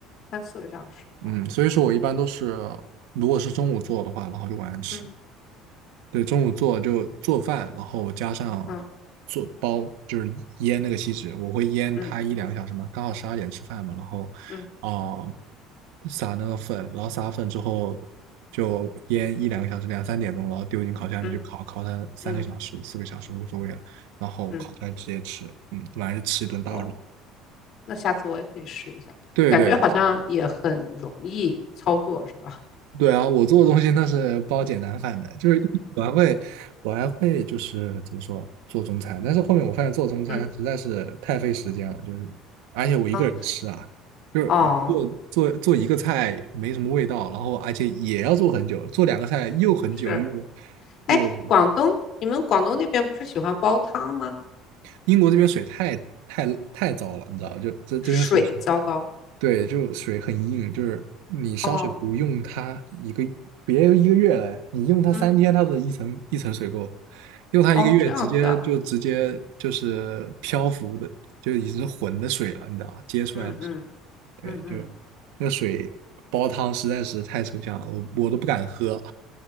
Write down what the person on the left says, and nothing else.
三四个小时。哦，
嗯
嗯
嗯
嗯
嗯
嗯
嗯，
哦，那下次我也可以试一下，
感觉好像也很容易操作，是吧？
嗯。
啊。
哦，
是，
哎，广东，你们广东那边不是喜欢煲汤吗？
水糟糕。
哦，
嗯，
哦，这样子啊，
嗯嗯嗯嗯，